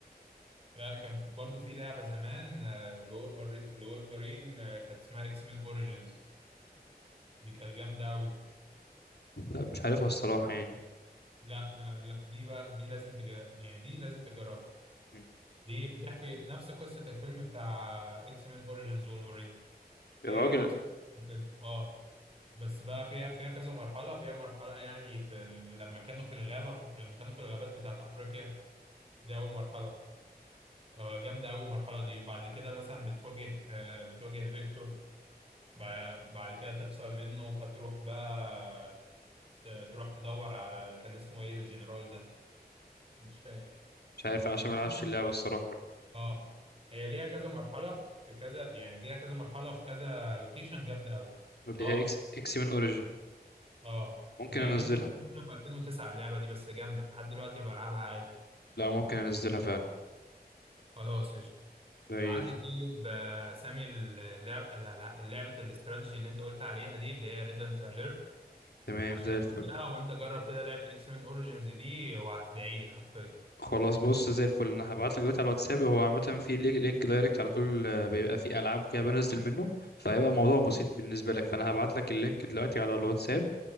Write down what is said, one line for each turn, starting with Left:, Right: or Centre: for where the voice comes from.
Right: لا كانت برضو في لعبه زمان آه، لولفرين لولفرين آه، كانت اسمها اكس مان اوريجينز دي كانت جامده قوي
Left: لا مش عارفها الصراحة يعني
Right: لا لا لا دي بقى دي لازم تج... يعني دي لازم تجربها
Left: م.
Right: دي بتحكي نفس قصه الفيلم بتاع اكس مان اوريجينز وولفرين
Left: يا
Right: هي
Left: راجل
Right: هي نفس الفيلم اه بس بقى فيها فيها كذا مرحلة فيها مرحلة يعني في ال... لما كانوا في الغابة ف... لما كانوا في الغابات بتاعت أفريقيا دي أول مرحلة آه، جامدة أوي المرحلة دي بعد كده مثلا بتواجه آه، بتواجه فيكتور بع- بعد كده تخسر منه فتروح بقى ت- تروح تدور على كان اسمه إيه الجنرال ده مش فاكر
Left: مش عارف أنا عشان
Right: <laughs>
Left: ما العبش اللعبة الصراحة
Right: اه هي ليها كذا مرحلة في كذا يعني ليها كذا مرحلة في كذا لوكيشن جامدة أوي
Left: اللي
Right: اه
Left: هي اكس اكس من اوريجين
Right: اه
Left: ممكن
Right: دي
Left: انزلها
Right: قديمه شويه نازله في 2009 اللعبه دي بس جامده لحد دلوقتي بلعبها عادي
Left: لا ممكن انزلها فعلا
Right: خلاص قشطه
Left: زي
Right: ابعت
Left: الفل
Right: لي طيب آه، سامي اللعب الع- لعبه الاستراتيجي اللي انت قلت عليها دي اللي هي ريدنت اليرت
Left: تمام
Right: عشان
Left: زي الفل
Right: اعملها وانت جرب كده لعبه اكس مان اوريجينز دي وهتدعي لي حرفيا
Left: خلاص بص زي الفل انا هبعت لك دلوقتي على الواتساب هو عامه في لي- لينك دايركت على طول آه، بيبقى فيه العاب وكده بنزل منه فهيبقى الموضوع بسيط بالنسبه لك فانا هبعت لك اللينك دلوقتي على الواتساب